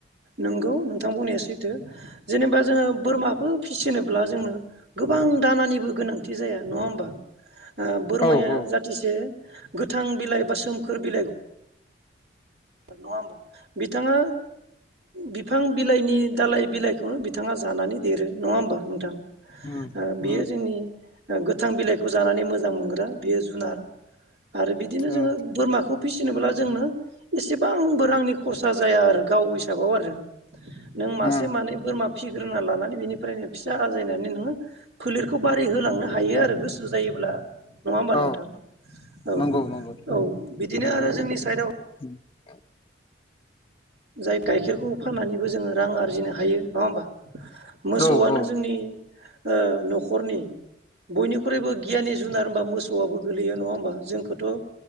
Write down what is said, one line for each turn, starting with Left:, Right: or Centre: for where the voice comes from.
Right: नंगौ नोंथां बुंनाया सैथो जेनेबा जोंङो बोरमाखौ फिसिनोब्ला जोंनो गोबां गोबां दानानिबो गोनांथि जाया नङा होमबा। ओ बोरमाया
Left: औ औ
Right: जाहाथेसे गोथां बिलाइ बा सोमखोर बिलाइ नङा होमबा बिथाङा बिफां बिलाइनि दालाइ बिलाइखौनो बिथाङा जानानै देरो नङा होनबा नोंथां ओ
Left: उम
Right: बि
Left: उम
Right: जोंनि गोथां बिलाइखौ जानानै मोजां मोनग्रा बियो जुनार आरो बिदिनो
Left: उम
Right: बोरमाखौ फिसिनोब्ला जोंनो एसेबांबो रांनि खरसा जाया आरो गाव हिसाबाव आरो नों मासे
Left: उम
Right: मानै बोरमा फिसिग्रोना लानानै बेनिफ्रायनो फिसा आजायनानै नोङो फोलिरखौ बारै होलांनो हायो आरो गोसो जायो ब्ला नङा होनबा
Left: औ
Right: नोंथां औ
Left: नंगौ नंगौ
Right: औ बिदिनो आरो जोंनि साइत
Left: <inaudible>
Right: जाय गाइखेरखौ फाननानैबो जोङो रां आरजिनो हायो नङा होमबा। मोसौआनो
Left: औ औ
Right: जोंनि ओ न'खरनि बयनिख्रुइबो गियानि जुनार होनबा मोसौआबो गोलैयो नङा होमबा जोंखौथ'